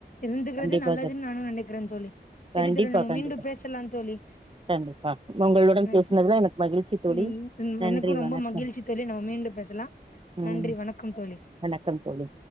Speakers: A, on the left; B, on the right.
A: இருந்துக்கிறது
B: கண்டிப்பா
A: நல்லதுன்னு
B: தோழி
A: நானு நெனைக் கிற தோழி சரி
B: கண்டிப்பா
A: தோழி நம்ம
B: கண்டிப்பா
A: மீண்டும் பேசலா தோழி
B: கண்டிப்பா உங்களுடன்
A: நன்
B: பேசினதுல எனக்கு மகிழ்ச்சி தோழி
A: ம்
B: நன்றி
A: எனக்கும் ரொம்ப
B: வணக்கம்
A: மகிழ்ச்சி தோழி நம்ம மீண்டு பேசலா
B: ம்
A: நன்றி வணக்கம் தோழி
B: வணக்கம் தோழி